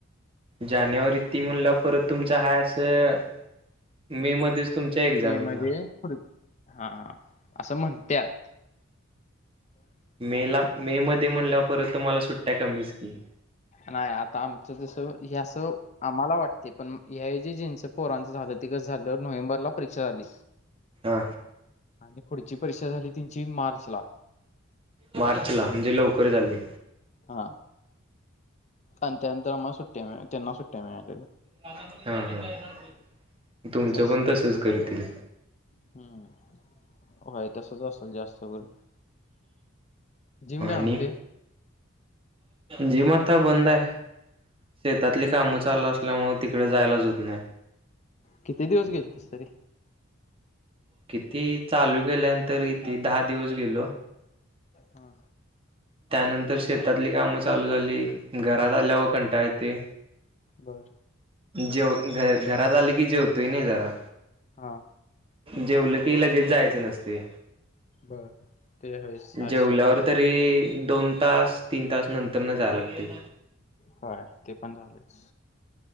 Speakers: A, on the right; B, on the left.
A: जानेवारी ती मुला परत तुमचा हा असं. <unintelligible> मध्येच तुमच्या एक्झाम
B: मे
A: येणार.
B: मध्ये पुढ- हा असं म्हण त्यात-
A: मे ला, मे मध्ये म्हणल्यावर परत तुम्हाला सुट्ट्या कमीच की?
B: नाही, आता आमचं जस हे असं आम्हाला वाटत ते पण हे जे जिंचं पोरांचं झालं, ते कस झालं, नोव्हेंबरला परीक्षा झाली.
A: हा.
B: आणि पुढची परीक्षा झाली, तीनची मार्च ला.
A: मार्च ला म्हणजे, लवकर झाली.
B: हा आणि त्यानंतर आम्हाला सुट्ट्या मि त्यांना सुट्ट्या मिळाल्याल्या.
A: हा, हा, तुमचं
B: असा विषय
A: पण तसच करतील.
B: हम्म होय, तसच असेल जास्त करून. जिम
A: आणि
B: काय म्हणते
A: जे म आता बंद आहे. शेतातली कामं चालू असल्यामुळे तिकडे जायलाच होत नाही.
B: किती दिवस गेलतस तरी?
A: किती? चालू केल्यानंतर कीती दहा दिवस गेलो.
B: हा.
A: त्यानंतर, शेतातली कामं चालू झाली, घरात आल्या व कंटाळा येतय.
B: बर.
A: जेवण, घरात आलय की जेवतोय नाही जरा.
B: हा.
A: जेवलं की लगेच जायचं नसतय.
B: बर. ते होय साय
A: जेवल्यावर
B: सोड
A: तरी दोन तास तीन तास नंतर न जाय लागतय.
B: काय ते पण झालेच.